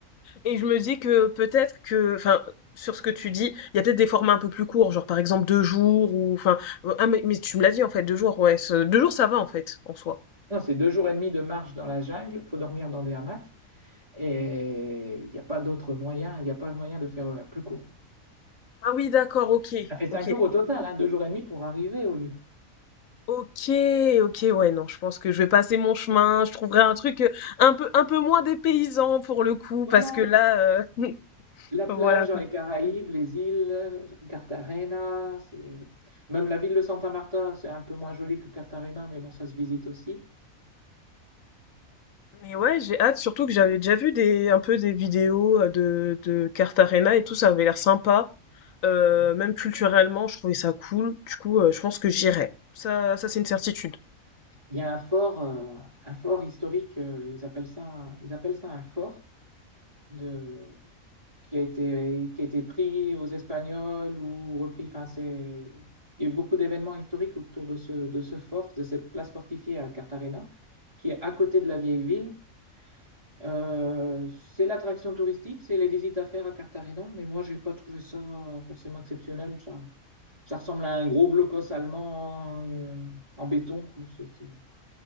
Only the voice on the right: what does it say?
Non, c'est deux jours et demi de marche dans la jungle, faut dormir dans des hamacs. Et il n'y a pas d'autre moyen, il n'y a pas de moyen de faire euh, plus court.
Ça fait cinq
jours au total, hein, deux jours et demi pour arriver au lieu.
Voilà,
la
la plage
dans
les Caraïbes, les îles, Cartagena, c'est... même la ville de Santa Marta, c'est un peu moins joli que Cartagena, mais bon, ça se visite aussi.
Mm.
Il y a un fort, euh, un fort historique, euh, ils appellent ça, ils appellent ça un fort de... qui a été, qui a été pris aux Espagnols ou repris. Enfin, c'est... Il y a eu beaucoup d'événements historiques autour de ce, de ce fort, de cette place fortifiée à Cartagena, qui est à côté de la vieille ville. Euh, c'est l'attraction touristique, c'est les visites à faire à Cartagena, mais moi, j'ai pas trouvé ça forcément exceptionnel. Ça, ça ressemble à un gros blocos allemand euh, en béton, quoi. C'est- c'est-